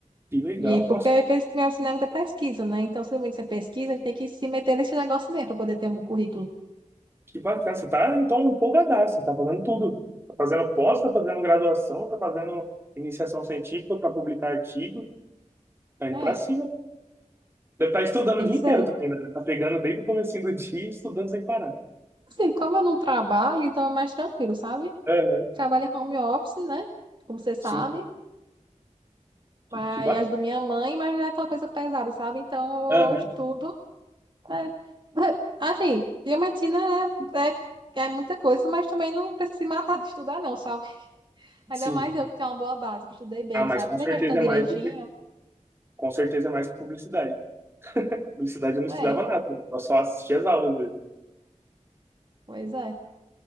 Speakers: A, on the right (about 20°); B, on the right (about 40°).
A: Que legal.
B: E é porque
A: Nossa,
B: é pes- meu ensinamento é pesquisa, né? Então, se realmente você pesquisa, a gente tem que se meter nesse negócio mesmo para poder ter um currículo.
A: que bacana. Você tá então empolgadaço, você tá fazendo tudo. Tá fazendo pós, tá fazendo graduação, tá fazendo iniciação científica para publicar artigo, tá indo
B: É,
A: para cima. Deve estar estudando
B: tem
A: o dia
B: que
A: inteiro
B: ser.
A: também, né? Tá pegando desde o comecinho do dia e estudando sem parar.
B: Assim, como eu não trabalho, então é mais tranquilo, sabe?
A: Aham,
B: Trabalho em home office, né? Como você sabe.
A: Sim, que,
B: Mas,
A: que bacana.
B: e as do minha mãe, mas não é aquela coisa pesada, sabe? Então
A: Aham,
B: eu estudo. né? <laughs> Assim, diamantina é, é, é muita coisa, mas também não precisa se matar de estudar, não, sabe? <laughs> Ainda
A: Sim.
B: mais eu que tenho uma boa base, que estudei bem,
A: Ah, mas
B: sabe?
A: com
B: Quando
A: certeza
B: a gente vai estudando direitinho,
A: é mais do que, com certeza é mais que publicidade. Publicidade eu não
B: é,
A: estudava nada, né? eu só assistia as aulas mesmo.
B: pois é.